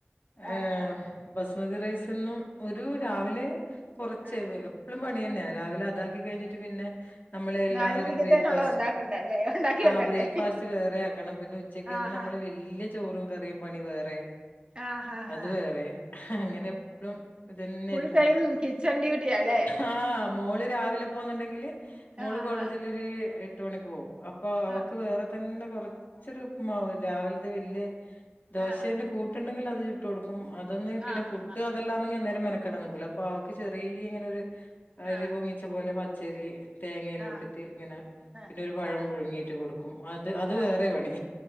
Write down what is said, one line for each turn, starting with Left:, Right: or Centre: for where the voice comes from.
Right: ആഹ്
Left: ഏഹ്
Right: ആഹ്
Left: ബസ്മതി റൈസെന്നും ഒരു രാവിലെ കൊറച്ച്
Right: ആഹ്
Left: എപ്പളും പണി തന്നെയാ രാവിലെ അതാക്കി കഴിഞ്ഞിട്ട് പിന്നെ നമ്മളെ എല്ലാരും
Right: നാല് മണിക്കത്തേനുള്ളത്
Left: ബ്രേക്ക്ഫാസ്റ്റ്
Right: ഉണ്ടാക്കണ്ടേ അല്ലേ ഉണ്ടാക്കി വെക്കണ്ടേ
Left: ആഹ് ബ്രേക്ക്ഫാസ്റ്റ് വേറെ ആക്കണം പിന്നെ ഉച്ചക്കയ്ത്തെക്ക്
Right: ആഹ്
Left: നമ്മള് വെ ല്യ ചോറും കറിയും പണി വേറെ
Right: ആഹ് ആഹ്
Left: അത്
Right: ആഹ്
Left: വേറെ അങ്ങനെ എപ്പളും ഇതന്നെ
Right: ഫുൾ
Left: ആയിരിക്കും
Right: ടൈം കിച്ചൺ ഡ്യൂട്ടിയാല്ലേ
Left: ആഹ് മോള് രാവിലെ പോകുന്നു ണ്ടെങ്കില് മോള്
Right: ആഹ്
Left: കോളേജിലൊര് എട്ട് മണിക്ക് പോകും അപ്പൊ അവൾക്ക്
Right: ആഹ്
Left: വേറെ തന്നെ കൊറച്ചൊരു ഉപ്പ് മാവ് രാവിലത്തെ വല്യ ദോശേന്റെ
Right: ആഹ്
Left: കൂട്ട്ണ്ടെങ്കിൽ അത്ചുട്ട് കൊടുക്കും അതൊന്ന് പിന്നെ
Right: ആഹ്
Left: പുട്ട
Right: ആഹ്
Left: തെല്ലാന്നെങ്കി അന്നേരം മെനക്കെടാൻ നിക്കൂല അപ്പവൾക്ക് ചെറിയ ഇങ്ങനൊര്
Right: ആഹ്
Left: എരിവും മിച്ചം പോലെ പച്ചരി തേങ്ങയിലൂട്ടിട്ട്
Right: ആഹ്
Left: ഇങ്ങനെ
Right: ആഹ്
Left: പിന്നെ ഒരു പഴം
Right: ആഹ്
Left: പുഴുങ്ങിട്ട് കൊടുക്കും അത് അത്
Right: ആഹ്
Left: വേറെ പണി